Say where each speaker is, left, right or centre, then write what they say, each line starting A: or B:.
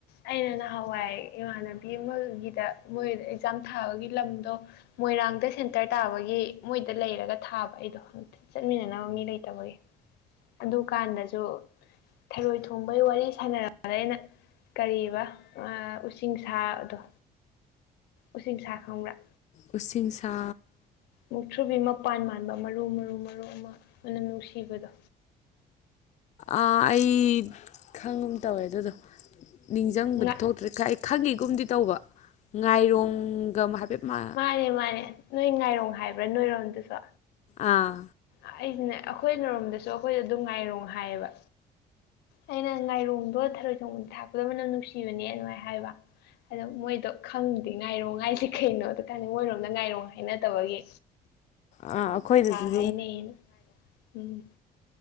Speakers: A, on the left; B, on the left.
A: ꯑꯩꯅ ꯅꯍꯥꯟꯋꯥꯏ ꯏꯃꯥꯟꯅꯕꯤ ꯑꯃꯒꯤꯗ ꯃꯣꯏ ꯑꯦꯛꯖꯥꯝ ꯊꯥꯕꯒꯤ ꯂꯝꯗꯣ ꯃꯣꯏꯔꯥꯡꯗ ꯁꯦꯟꯇꯔ ꯇꯥꯕꯒꯤ ꯃꯣꯏꯗ ꯂꯩꯔꯒ ꯊꯥꯕ ꯑꯩꯗꯣ ꯍꯪꯛꯇꯦ ꯆꯠꯃꯤꯟꯅꯅꯕ ꯃꯤ ꯂꯩꯇꯕꯒꯤ ꯑꯗꯨꯀꯥꯟꯗꯖꯨ ꯊꯔꯣꯏ ꯊꯣꯡꯕꯒꯤ ꯋꯥꯔꯤ ꯁꯥꯟꯅꯔ ꯑꯗ ꯑꯩꯅ ꯀꯔꯤꯕ ꯑ ꯑꯨꯁꯤꯡ ꯁꯥꯗꯣ ꯎꯆꯁꯤꯡꯁ ꯈꯪꯕ꯭ꯔꯥ
B: ꯑꯨꯁꯤꯡꯁꯥ
A: ꯃꯨꯛꯊ꯭ꯔꯨꯕꯤ ꯃꯄꯥꯟ ꯃꯥꯟꯕ ꯃꯔꯨ ꯃꯔꯨ ꯃꯔꯨ ꯑꯃ ꯅꯨꯡꯁꯤꯕꯗꯣ
B: ꯑ ꯑꯩ ꯈꯪꯒꯨꯝ ꯇꯧꯋꯦ ꯑꯗꯨꯗꯣ ꯅꯤꯡꯖꯪꯕꯗꯤ
A: ꯉꯥ
B: ꯊꯣꯛꯇ꯭ꯔꯦ ꯀꯥꯏ ꯈꯪꯒꯤꯒꯨꯝꯗꯤ ꯇꯧꯕ ꯉꯥꯏꯔꯣꯡꯒ ꯍꯥꯏꯐꯦꯠ ꯃ
A: ꯃꯦ ꯃꯥꯅꯦ ꯅꯣꯏ ꯉꯥꯏꯔꯣꯡ ꯍꯥꯏꯕ꯭ꯔꯥ ꯅꯣꯏꯔꯣꯝꯗꯁꯨ
B: ꯑꯥ
A: ꯑꯩꯁꯤꯅꯦ ꯑꯩꯈꯣꯏ ꯅꯔꯣꯝꯗꯁꯨ ꯑꯩꯈꯣꯏꯗ ꯑꯗꯨꯝ ꯉꯥꯏꯔꯣ ꯍꯥꯏꯌꯦꯕ ꯑꯩꯅ ꯉꯥꯏꯔꯣꯡꯗꯣ ꯊꯔꯣꯏ ꯊꯣꯡꯕ ꯊꯥꯛꯄꯗꯕꯅꯝ ꯅꯨꯡꯁꯤꯕꯅꯦ ꯑꯗꯨꯃꯥꯏꯅ ꯍꯥꯏꯕ ꯑꯗꯣ ꯃꯣꯏꯗꯣ ꯈꯪꯗꯦ ꯉꯥꯏꯔꯣꯡ ꯍꯥꯏꯖꯦ ꯀꯩꯅꯣꯗꯣ ꯈꯪꯗꯦ ꯃꯣꯏꯔꯣꯝꯗ ꯉꯥꯏꯔꯣ ꯍꯥꯏꯅꯗꯕꯒꯤ
B: ꯑꯥ ꯑꯩꯈꯣꯏꯗꯖꯨ
A: ꯍꯥꯏꯅꯦ ꯎꯝ